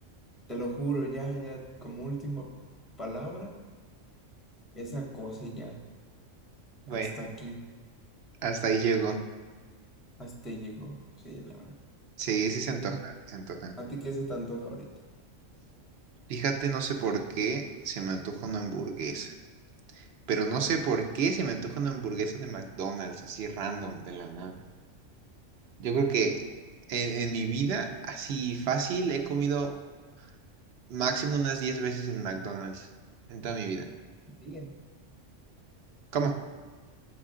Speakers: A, in the centre; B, on the right.
A: Te lo juro, ya, ya, como última palabra, esa cosa y ya,
B: bueno,
A: hasta aquí,
B: hasta ahí llegó.
A: hasta ahí llegó, sí, la verdad.
B: Sí, sí se
A: ¿A
B: antoja,
A: ti,
B: sí se antoja.
A: a ti qué se tanto ahorita?
B: Fíjate, no sé por qué se me antoja una hamburguesa, pero no sé por qué se me antoja una hamburguesa de McDonald's, así random, de la nada. Yo creo que en, en mi vida, así fácil, he comido máximo unas 10 veces en McDonald's, en toda mi vida.
A: Bien.
B: ¿Cómo?